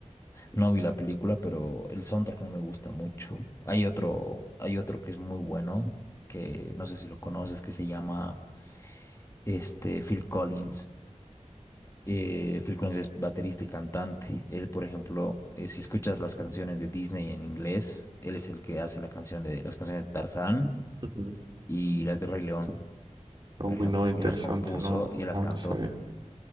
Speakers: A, on the left (about 25°); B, on the right (about 35°).
A: No vi la película, pero el soundtrack no me gusta mucho. Hay otro, hay otro que es muy bueno, que no sé si lo conoces, que se llama este Phil Collins. Eh, Phil Collins es baterista y cantante. Él, por ejemplo, eh, si escuchas las canciones de Disney en inglés, él es el que hace la canción de las canciones de Tarzán
B: Ujú.
A: y las de Rey León,
B: Uy,
A: por ejemplo.
B: no, interesante,
A: Él las compuso
B: no,
A: y él
B: no
A: las cantó.
B: lo sabía.